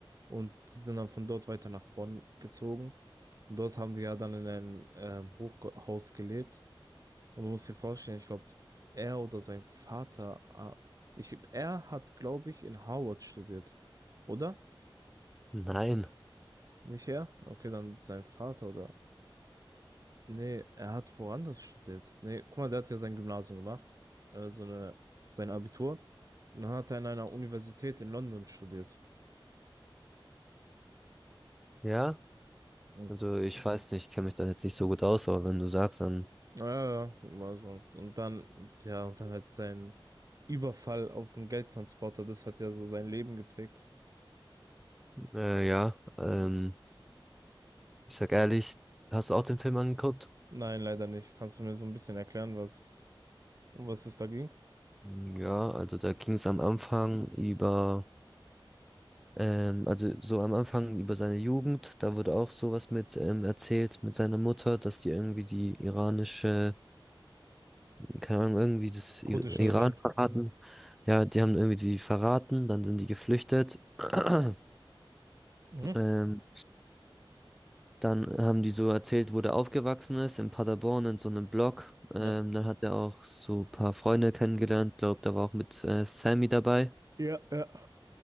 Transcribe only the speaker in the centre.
Nein,
ja.
Also ich weiß nicht, ich kenne mich da jetzt nicht so gut aus, aber wenn du sagst, dann
äh, ja. Ähm,
ich sag ehrlich, hast du auch den Film angeguckt?
Ja, also da ging es am Anfang über. Ähm, also so am Anfang über seine Jugend, da wurde auch sowas mit ähm, erzählt mit seiner Mutter, dass die irgendwie die iranische, keine Ahnung, irgendwie das I
Iran
verraten. Ja, die haben irgendwie die verraten, dann sind die geflüchtet. <clears throat>
Ähm, dann haben die so erzählt, wo der aufgewachsen ist, in Paderborn in so einem Block. Ähm,
dann hat er auch so ein paar Freunde kennengelernt, glaubt, da war auch mit äh, Sammy dabei.